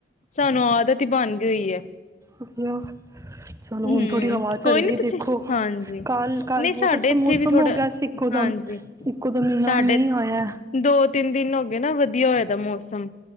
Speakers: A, on the left; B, on the right.
A: ਸਾਨੂੰ ਆਦਤ ਈ ਬਣ ਗਈ ਐ।
B: ਹੋ, ਚਲੋ, ਹੁਣ
A: ਹਮ
B: ਥੋੜੀ ਹਵਾ
A: ਕੋਈ
B: ਚੱਲ ਰਹੀ
A: ਨੀ
B: ਹੈ
A: ਤੁਸੀਂ
B: ਦੇਖੋ
A: ਹਾਂਜੀ
B: ਕੱਲ ਕੱਲ
A: ਨਹੀਂ
B: ਬਹੁਤ
A: ਸਾਡੇ
B: ਅੱਛਾ
A: ਇੱਥੇ
B: ਮੌਸਮ
A: ਵੀ ਥੋੜਾ
B: ਹੋ ਗਿਆ ਸੀ, ਇੱਕੋ
A: ਹਾਂਜੀ
B: ਦਮ ਇਕੋ ਦਮ ਇਨਾ
A: ਸਾਡੇ
B: ਮੀਂਹ ਆਇਆ।
A: ਦੋ ਤਿੰਨ ਦਿਨ ਹੋ ਗਏ ਨਾ ਵਧੀਆ ਹੋਏ ਦਾ ਮੌਸਮ,